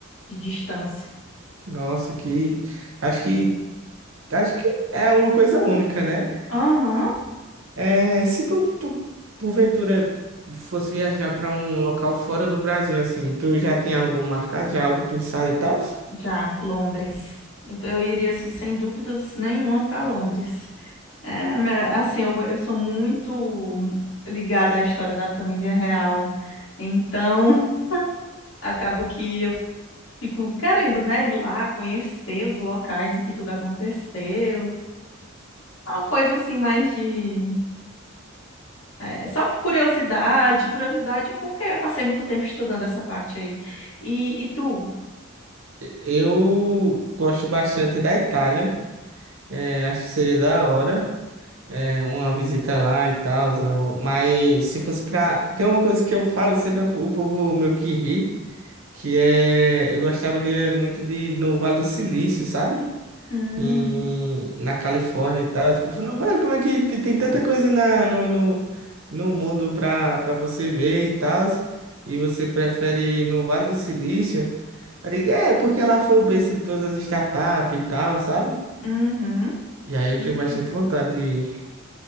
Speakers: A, on the left; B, on the right.
A: de distância.
B: nossa, que. Acho que. Acho que é uma coisa única, né?
A: Aham,
B: É, se tu, tu porventura fosse viajar para um local fora do Brasil, assim, tu já tem algo marcado, já algo pensado e tal?
A: já, Londres. Eu, eu iria, assim, sem dúvidas nenhuma para Londres. É, me- assim, eu, go- eu sou muito ligada à história da família real, então <laughs> acaba que eu fico querendo, né, ir lá conhecer os locais em que tudo aconteceu. Uma coisa assim mais de É, só por curiosidade, curiosidade, porque eu passei muito tempo estudando essa parte aí. E, e tu?
B: Eu gosto bastante da Itália. É, acho que seria da hora. é, uma visita lá e tal. zo- Mas se fosse pra. Tem uma coisa que eu falo sempre pra- o povo meio que ri, que é. Eu gostaria muito de ir no Vale do Silício, sabe?
A: Hum,
B: em, na Califórnia e tal. Tipo, eu falei, mano, como é que tem, tem tanta coisa na, no, no, no mundo pra, pra você ver e tal, e você prefere ir no Vale do Silício? Eu digo, é, porque lá foi o berço de todas as startups e tal, sabe?
A: uhum,
B: E aí eu
A: uhum,
B: tenho bastante vontade de ir.